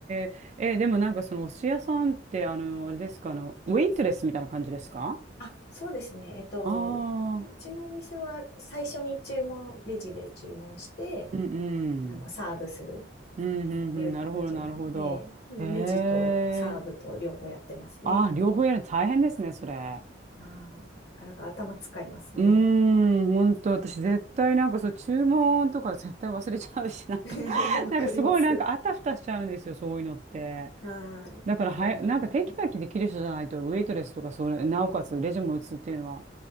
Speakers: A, on the right (about 40°); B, on the left (about 60°).
A: え。え、でもなんかそのお寿司屋さんって、あの、あれですか、あの、ウェイトレスみたいな感じですか
B: あ、そうですね。えっと、
A: ああ
B: うちのお店は最初に注文、レジで注文して、
A: ー、うんうん。
B: あの、サーブするっ
A: うん、うん、
B: ていう形なんで、
A: うん、なるほど、なるほど。
B: レジとサーブと両方やってますね。
A: へえ。あ、両方やるの大変ですね、それ。
B: ああなかなか頭使いますね。
A: うーん、本当私絶対なんかそう、注文とか絶対忘れちゃうし、なんか
B: <laughs>
A: <laughs>
B: わかります。
A: なんかすごいなんかあたふたしちゃうんですよ、そういうのって。
B: はい。
A: だからはや、
B: わかりますね。
A: なんかテキパキできる人じゃないと、ウェイトレスとかそれ、なおかつレジも打つっていうのは、